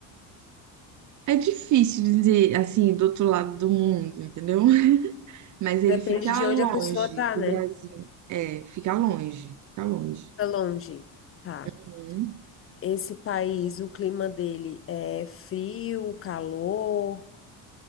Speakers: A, on the right; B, on the left.
A: É difícil dizer assim, do outro lado do mundo, entendeu? <laughs> Mas ele
B: Depende
A: fica
B: de onde
A: longe
B: a pessoa tá,
A: do
B: né?
A: Brasil. É, fica longe, fica longe.
B: Tá longe. Tá.
A: Uhum.
B: Esse país, o clima dele é frio, calor?